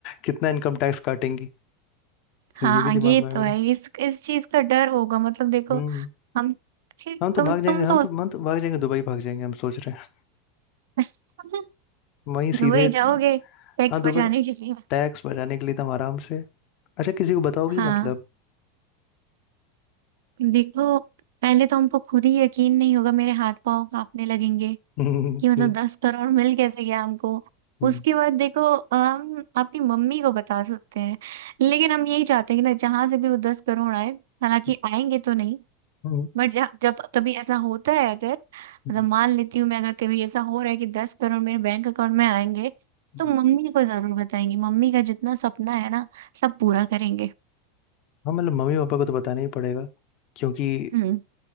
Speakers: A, on the left; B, on the right.
A: कितना इनकम टैक्स काटेंगी
B: हाँ
A: ये भी दिमाग
B: ये
A: में आएगा
B: तो है
A: ना
B: इस इस चीज का डर होगा मतलब देखो
A: हम्म
B: हम ठीक
A: हम तो
B: तुम
A: भाग
B: तुम
A: जाएंगे हम
B: तो
A: तो हम तो भाग जाएंगे दुबई भाग जाएंगे हम सोच रहे हैं
B: <laughs>
A: वहीं सीधे
B: दुबई जाओगे टैक्स
A: हाँ दुबई
B: बचाने के लिए
A: टैक्स बचाने के लिए तो हम आराम से अच्छा किसी को बताओगी
B: हाँ
A: मतलब
B: देखो पहले तो हमको खुद ही यकीन नहीं होगा मेरे हाथ पांव कांपने लगेंगे
A: हम्म
B: कि मतलब
A: हम्म
B: दस करोड़ मिल कैसे गया हमको
A: हम्म
B: उसके बाद देखो हम अपनी मम्मी को बता सकते हैं लेकिन हम यही चाहते हैं कि ना जहां से भी वो दस करोड़ आए हालांकि
A: हम्म
B: आएंगे तो नहीं
A: हम्म,
B: बट जब कभी ऐसा होता है अगर
A: हम्म,
B: मतलब मान लेती हूँ मैं अगर कभी ऐसा हो रहा है कि दस करोड़ मेरे बैंक अकाउंट में आएंगे
A: हम्म।
B: तो मम्मी को जरूर बताएंगे मम्मी का जितना सपना है ना सब पूरा करेंगे
A: हाँ मतलब मम्मी पापा को तो बताना ही पड़ेगा क्योंकि
B: हम्म